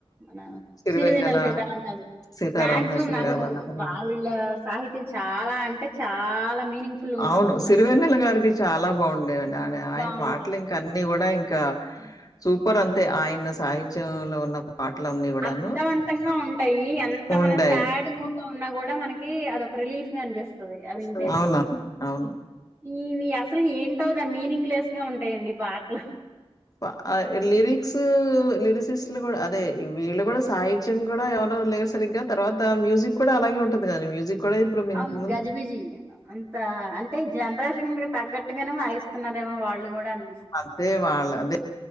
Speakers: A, on the right (about 20°); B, on the left (about 35°).
A: మన
B: 'సిరివెన్నెల',
A: సరివెన్నెల సీతా రామ శాస్త్రి
B: 'సీతారామ
A: మాక్సిమం
B: శాస్త్రి'
A: నాకు
B: గారు వాళ్ళందరూ
A: వాళ్ళ సాహిత్యం చాలా అంటే చాలా... మీనింగ్ఫుల్ ఉంటది
B: అవును.
A: అసలు
B: సిరివెన్నెల గారిది చాలా బాగుండే అండి ఆయన ఆయన
A: బాగుంటది
B: పాటలింక అన్ని గూ గుడా ఇంకా సూపర్ అంతే ఆయన సాహిత్యంలో ఉన్న పాటలన్నీ గూడాను
A: అర్ధవంతంగా ఉంటాయి. ఎంత
B: ఉండాయి.
A: మనం సాడ్ మూడ్లో ఉన్నా గూడా మనకి అదొ క్రిలీఫ్గా అనిపిస్తది అ
B: అనిపిస్తది.
A: వింటే
B: అవునవును. అవును.
A: ఇవి అసల్ ఏంటో దాన్ మీనింగ్ లెస్గా ఉంటాయండి పాట్లు
B: వా లిరిక్స్ లిరిసిస్ ట్లు గుడా అదే వీళ్ళు కూడా సాహిత్యం కూడా ఎవరు లేరు సరిగ్గా తర్వాత మ్యూజిక్ కూడా అలాగే ఉంటంది కదండీ మ్యూజిక్ కూడా ఇప్పుడు మిన్
A: అవున్
B: ముందు
A: గజిబిజి అంతా అంటే జన్ ప్రెషన్ కీ తగ్గట్టుగానే వాయిస్తున్నారేమో వాళ్ళు కూడనే
B: అంటే వాల్ అదే